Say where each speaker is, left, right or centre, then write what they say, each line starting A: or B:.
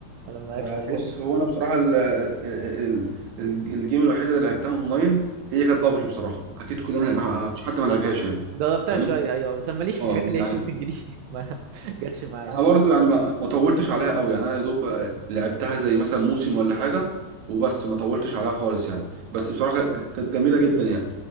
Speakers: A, on the right; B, on the right.
A: ولا مالكش
B: آه،
A: في الحاجات
B: بص
A: دي؟
B: هو انا بصراحه ال آه، ال ال الجيم الوحيده اللي لعبتها اونلاين هي كانت بابجي بصراحه اكيد كلنا لعب-
A: ايوه
B: ما فيش حد ما لعبهاش يعني
A: جربتها
B: فاهم
A: شوية أيوة بس أنا ماليش في
B: اه
A: الحاجات اللي
B: يعني
A: هي الشوتنج دي <laughs> ما جاتش معايا
B: انا برضو يعني ما ما طولتش عليها قوي يعني انا يا دوب آه،
A: أيوة
B: لعبتها زي مثلا موسم ولا حاجه وبس ما طولتش عليها خالص يعني بس بصراحه كانت كانت جميله جدا يعني